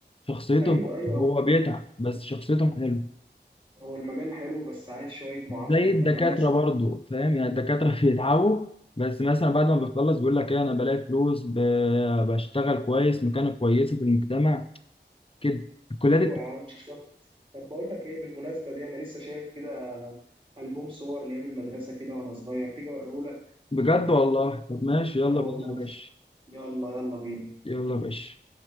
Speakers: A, on the left; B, on the right.
A: شخصيتهم
B: ايوه ايوه
A: هو بيتعب بس شخصيتهم حلو
B: هو المجال حلو بس عايز شويه معافره
A: زي
B: انت
A: الدكاتره
B: فاهم اه
A: برضه فاهم يعني الدكاتره <laughs> بيتعبوا بس مثلا بعد ما بيخلص بيقول لك ايه انا بلاقي فلوس ب- بشتغل كويس مكانه كويسه في المجتمع كده الكليات
B: ايوه يا عم بالظبط طب بقول لك ايه بالمناسبه دي انا لسه شايف كده البوم صور لايام المدرسه كده وانا صغير تيجي اوريهولك
A: بجد والله طب ماشي يلا
B: اه والله
A: بينا يا باشا
B: يلا يلا بينا
A: يلا يا باشا